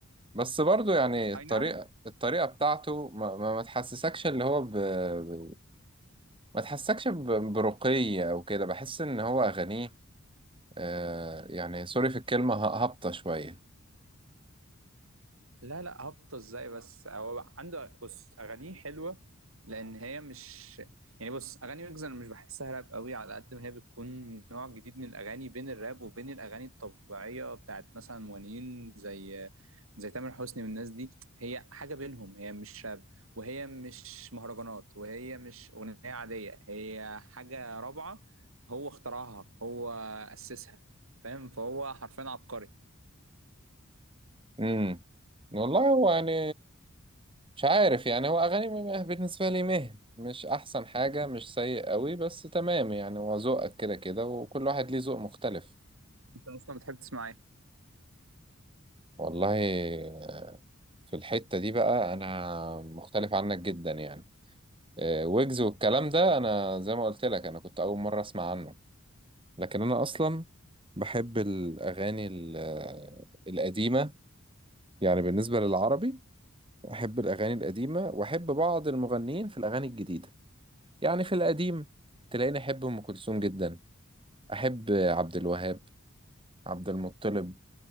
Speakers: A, on the right (about 25°); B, on the right (about 70°).
A: بس برضو يعني الطريقة
B: أي نعم
A: الطريقة بتاعته ما, ما, ما تحسسكش اللي هو ب... ب- ما تحسسكش ب... برقي أو كده بحس إن هو أغانيه آه يعني سوري في الكلمة ه- هابطة شوية
B: لا لا هبطة ازاي بس هو عنده بص اغانيه حلوه لان هي مش يعني بص اغاني ويجز انا مش بحسها راب قوي على قد ما هي بتكون نوع جديد من الاغاني بين الراب وبين الاغاني الطبيعيه بتاعت مثلا مغنيين زي زي تامر حسني والناس دي هي حاجه بينهم هي مش راب وهي مش مهرجانات وهي مش اغنيه عاديه هي حاجه رابعه هو اخترعها هو اسسها فاهم فهو حرفيا عبقري
A: امم والله هو يعني مش عارف يعني هو أغاني م- بالنسبة لي مه مش أحسن حاجة مش سيء قوي بس تمام يعني هو ذوقك كده كده وكل واحد ليه ذوق مختلف
B: انت اصلا بتحب تسمع ايه
A: والله آه، في الحتة دي بقى أنا مختلف عنك جدا يعني آه، ويجز والكلام ده انا زي ما قلت لك انا كنت اول مره اسمع عنه لكن انا اصلا بحب الاغاني ال- آه، القديمه يعني بالنسبه للعربي احب الاغاني القديمه واحب بعض المغنيين في الاغاني الجديده يعني في القديم تلاقيني احب ام كلثوم جدا احب عبد الوهاب عبد المطلب